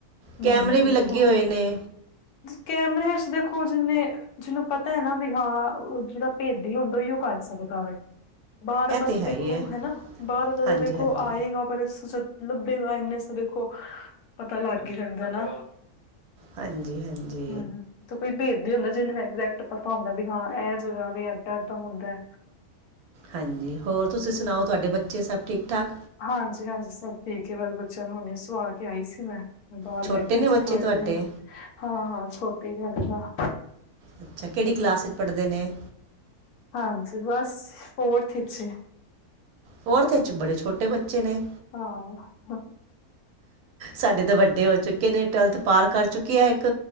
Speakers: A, on the right; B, on the left.
A: ਕੈਮਰੇ
B: ਨਈ ਉਹ
A: ਵੀ
B: ਦੇਖੋ
A: ਲੱਗੇ ਹੋਏ ਨੇ
B: ਕੈਮਰੇ ਚ ਦੇਖੋ ਜਿੰਨੇ ਜਿਹਨੂੰ ਪਤਾ ਐ ਨਾ ਵੀ ਹਾਂ ਉਹ ਜਿਹੜਾ ਭੇਦੀ ਹੁੰਦਾ ਓਇਓ ਕਰ ਸਕਦਾ ਵੈ। ਬਾਰਲਾਂ
A: ਇਹ
B: ਤੇ
A: ਹੈ
B: ਦੇਖੋ
A: ਹੀ ਹੈ
B: ਹੈਨਾ ਬਾਰਲਾ ਤਾਂ
A: ਹਾਂਜੀ
B: ਦੇਖੋ
A: ਹਾਂਜੀ
B: ਆਏਗਾ ਪਰ ਲੱਭੇਗਾ ਇੰਨੇ ਦੇਖੋ ਪਤਾ ਲੱਗ ਈ ਜਾਂਦਾ ਨਾ
A: ਹਾਂਜੀ ਹਾਂਜੀ
B: ਹਮ ਕੋਈ ਬੇਦੀ ਹੁੰਦਾ ਜਿਹਨੂੰ ਐਗਜੈਕਟ ਪਤਾ ਹੁੰਦਾ ਵੀ ਹਾਂ ਇਹ ਜਗ੍ਹਾ ਵ ਏਦਾਂ ਏਦਾਂ ਹੁੰਦਾ।
A: ਹਾਂਜੀ ਹੋਰ ਤੁਸੀਂ ਸੁਣਾਓ ਤੁਹਾਡੇ ਬੱਚੇ ਸਭ ਠੀਕ ਠਾਕ
B: ਹਾਂਜੀ ਹਾਂਜੀ ਸਭ ਠੀਕ ਐ ਵਲ ਬੱਚਿਆਂ ਨੂੰ ਹੁਣੀ ਸੁਵਾ ਕੇ ਆਈ ਸੀ ਮੈਂ ਮੈਂ ਬਾਰ
A: ਛੋਟੇ
B: ਬੈਠੀ
A: ਨੇ ਬੱਚੇ
B: ਸੀ ਥੋੜੀ
A: ਤੁਹਾਡੇ
B: ਦੇਰ ਹਾਂ ਹਾਂ ਛੋਟੀੇ ਨੀ ਲਗਦਾ
A: ਅੱਛਾ ਕਿਹੜੀ ਕਲਾਸ ਚ ਪੜ੍ਹਦੇ ਨੇ
B: ਹਾਂਜੀ ਬਸ ਫੋਰਥ ਵਿੱਚ ਐ
A: ਫੋਰਥ ਚ ਬੜੇ ਛੋਟੇ ਬੱਚੇ ਨੇ
B: ਹਾਂ
A: ਸਾਡੇ ਤੇ ਵੱਡੇ ਹੋ ਚੁੱਕੇ ਨੇ ਟਵੈਲਥ ਪਾਰ ਕਰ ਚੁੱਕੇ ਆ ਇੱਕ